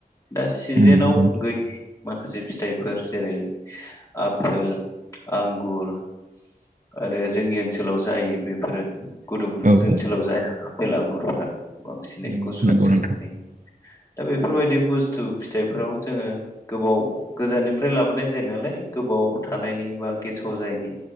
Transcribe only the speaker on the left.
दा सिजेनाव
गो माखासे फिथाइफोर जेरै आपेल आंगुर आरो जोंनि ओनसोलाव जायो बेफोरो गुदुं
ओनसोलाव
जाया आफेल आंगुरफोरा बांसिनै
गुसु
ओनसोल जायो।
दा बेफोरबायदि बुस्थु फिथाइफोराव जोङो गोबाव गोजाननिफ्राय लाबोनाय जायो नालाय गोबाव थानायनि बा गेसाव जायैनि